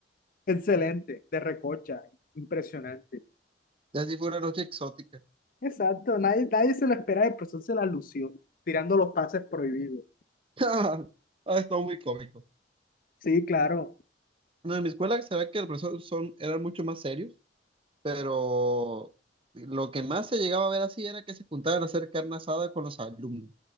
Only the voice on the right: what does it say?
Y así fue una noche exótica.
<laughs> Ah, estuvo muy cómico.
No, en mi escuela se ve que los profesores son, eran mucho más serios. pero lo que más se llegaba a ver así era que se juntaban a hacer carne asada con los alumnos.